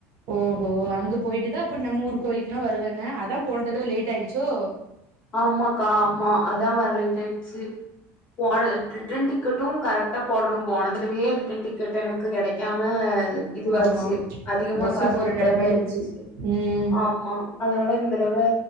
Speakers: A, on the right; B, on the left.
A: ஓஹோ அங்க போயிட்டு தா அப்ப நம்ம ஊர் கோயிலுக்குலா வருவ ன அதா போன தடவ லேட் ஆயிடுச்சோ
B: ஆமாக்கா ஆமா அதா வர லேட்டாயிச்சு போன ரிட்டன்
A: ம்
B: டிக்கெட்டு கரெக்டா போடணு போனதடவியே ரிட்டன் டிக்கெட் எனக்கு கெடைக்காம இதுவாச்சு
A: ஆமா
B: அதிகமா
A: பஸ்ல
B: காசு
A: போற
B: குடுக்கற
A: நெலைமை
B: மாரி
A: ஆயிடுச்சு
B: இருந்ச்சு
A: ம்
B: ஆமா அதனால இந்தடவ